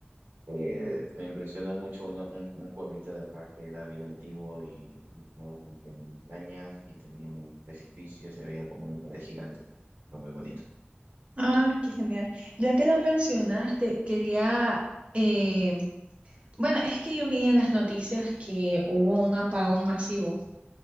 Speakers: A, on the right; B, on the right.
A: eh, me impresionó mucho uno- un, un pueblito de acá que era bien antiguo y, y estaba como que en montaña y tenía un precipicio, se veía como una pared gigante. Era muy bonito.
B: Ah, qué genial. Ya que lo mencionaste, quería, eh, bueno, es que yo vi en las noticias que hubo un apagón masivo.